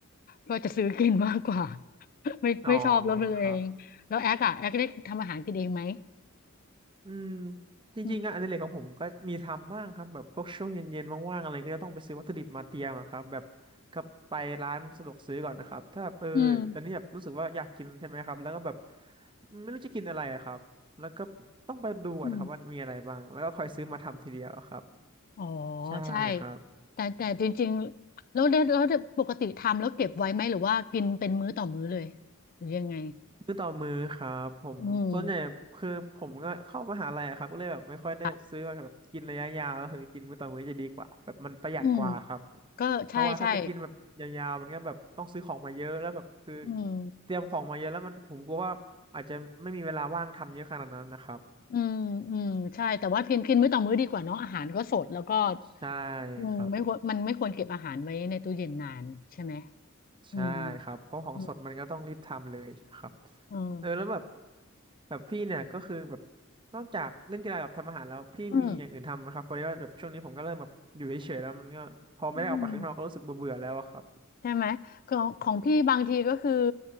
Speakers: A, on the left; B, on the right.
A: ก็จะซื้อกินมากกว่า <laughs> ไม่ไม่ชอบรสมือเองแล้วแอ๊กอะแอ๊กได้ทำอาหารกินเองไหม
B: อ๋อครับ อืมจริงๆงานอดิเรกของผมก็มีทำบ้างครับแบบพวกช่วงเย็นๆว่างๆอะไรก็จะต้องไปซื้อวัตถุดิบมาเตรียมอะครับแบบก็ไปร้านสะดวกซื้อก่อนนะครับถ้าแบบเออตอนนี้แบบรู้สึกว่าอยากกินใช่ไหมครับแล้วก็แบบ
A: อืมอืม
B: ไม่รู้จะกินอะไรอะครับแล้วก็ต้องไปดูก่อนครับว่ามีอะไรบ้างแล้วก็คอยซื้อมาทำทีเดียวครับ
A: อืม อ๋อ
B: ใช่ครับ
A: ใช่แต่แต่จริงๆแล้วเนี่ยแล้วปกติทำแล้วเก็บไว้ไหมหรือว่ากินเป็นมื้อต่อมื้อเลยหรือยังไง
B: มือต่อมือครับผมส่วนใหญ่คือผมก็เข้ามหาลัยอะครับก็เลยแบบไม่ค่อยได้ซื้อมาแบบกินระยะยาวก็คือกินมื้อต่อมื้อจะดีกว่าแบบมันประหยัดกว่าครับ
A: อืมครับอืมก็ใช่ใช่
B: เพราะว่าถ้าจะกินแบบยาวๆมันก็แบบต้องซื้อของมาเยอะแล้วแบบคือ
A: อืม
B: เตรียมของมาเยอะแล้วมันผมกลัวว่าอาจจะไม่มีเวลาว่างทำเยอะขนาดนั้นนะครับ
A: อืมอืมใช่แต่ว่ากินกินมื้อต่อมื้อดีกว่าเนาะอาหารก็สดแล้วก็
B: ใช่
A: อืมไม่ควรมันไม่ควรเก็บอาหารไว้ในตู้เย็นนานใช่ไหม
B: ครับ ใช่ครับเพราะของสดมันก็ต้องรีบทำเลยครับ
A: อืมอืมอืม
B: เออแล้วแบบแบบพี่เนี่ยก็คือแบบนอกจากเล่นกีฬากับทำอาหารแล้วพี่มีอย่างอื่นทำไหมครับเพราะว่าแบบช่วงนี้ผมก็เริ่มแบบอยู่เฉยๆแล้วมันก็พอไม่ได้ออกไปข้างนอกก็รู้สึกเบื่อๆแล้วอะครับ
A: อืมอืม ใช่ไหมของของพี่บางทีก็คือ